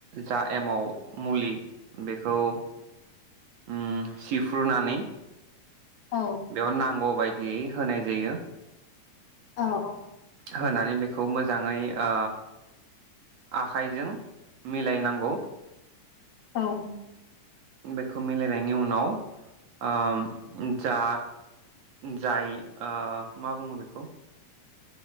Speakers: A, on the right; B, on the left.
A: जा एमाव मुलि बेखौ उम सिफ्रुनानै
B: औ
A: बेयाव नांगौ बाय दियै होनाय जायो
B: औ औ
A: होनानै बेखौ मोजाङै ओ आखाइजों मिलायनांगौ
B: औ
A: बेखौ मिलायनायनि ओम उनाव जा जाय ओ मा बुङो बेखौ